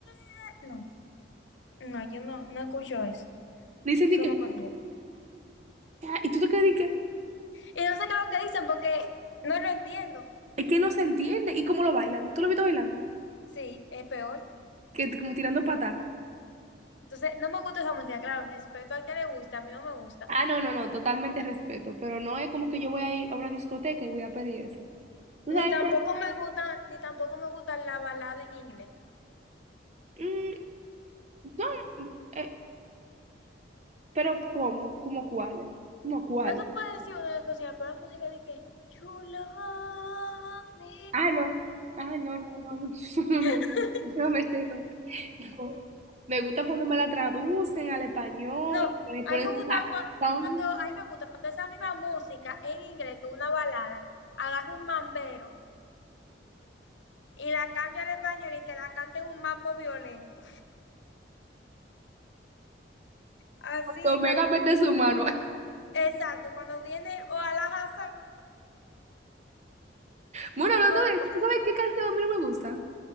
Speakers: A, on the left; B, on the right.
A: "Ah, No, no, yo no, no escucho eso.
B: Dicen
A: Eso
B: de que,
A: no me gusta.
B: y tú te quedas de que,
A: Y no sé qué es lo que dicen porque no lo entiendo.
B: es que no se entiende, y cómo lo bailan, tú lo viste bailando,
A: Sí, es peor.
B: que como tirando patas.
A: Entonces, no me gusta esa música, claro, respeto al que le gusta, a mí no me gusta.
B: Ah, no, no, no, totalmente respeto, pero no es como que yo voy a ir a una discoteca y voy a pedir eso. ¿Tú
A: Ni
B: sabes
A: tampoco
B: qué?
A: me gusta, ni tampoco me gusta la balada en inglés.
B: Mm, no, mm, eh, pero ¿cómo? ¿Cómo cuáles? ¿Cómo cuál?
A: No te puedo decir una especial, pero si la música de que, You love me.
B: Ah, no. Ah, no, no, no, no, <laughs> no, no,
A: <laughs>
B: no, no, vete, no, no. Me gusta cuando me la traducen al español,
A: No,
B: que le ponen
A: a mí me
B: su
A: gusta cua-
B: sazón,
A: cuando, a mí me gusta cuando esa misma música en inglés, que es una balada, agarra un mambero y la cambia al español y te la canta en un mambo violento. Así
B: cuando
A: es
B: Omega
A: que, a mí-
B: mete su mano. <laughs>
A: exacto, cuando viene o a la Hazán,
B: Bueno, hablando
A: o
B: de, ¿tú sabes qué canción a mí no me gusta?